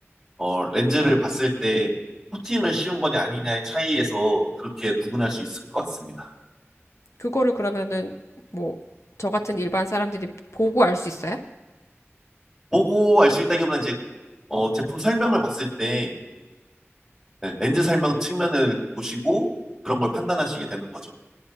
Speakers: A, in the centre; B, on the left (about 75°).
A: 어 렌즈를 봤을 때 코팅을 씌운 거냐 아니냐의 차이에서 그렇게 구분할 수 있을 것 같습니다.
B: 그거를 그러면은, 뭐, 저 같은 일반 사람들이 보고 알 수 있어요?
A: 보고 알 수 있다기보다 이제 어 제품 설명을 봤을 때 네, 렌즈 설명 측면을 보시고 그런 걸 판단하시게 되는 거죠.